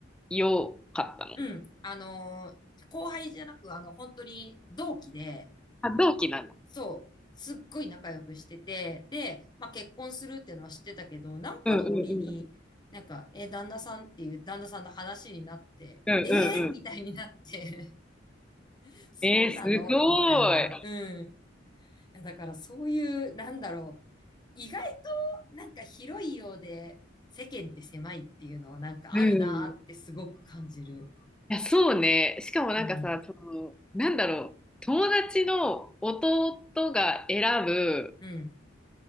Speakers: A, in the centre; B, on the left (about 25°).
A: 良かったの
B: うん。あのー後輩じゃなく、あの、本当に同期で、
A: あ、同期なの。
B: そう、すっごい仲良くしてて、で、まあ結婚するっていうのは知ってたけど、なんかの折に、
A: うんうんうん。
B: なんか、え、旦那さんっていう旦那さんの話になって、
A: うんうんうん。
B: えー、みたいになって、<laughs> そうなのみたいな。
A: えー、すごい。
B: うん。いや、だからそういう、なんだろう。意外となんか広いようで世間って狭いっていうのはなんかあるなーってすごく感じる。
A: うん。いや、そうね。しかもなんかさ、
B: うん、
A: その、なんだろう。友達の弟が選ぶ、
B: うん、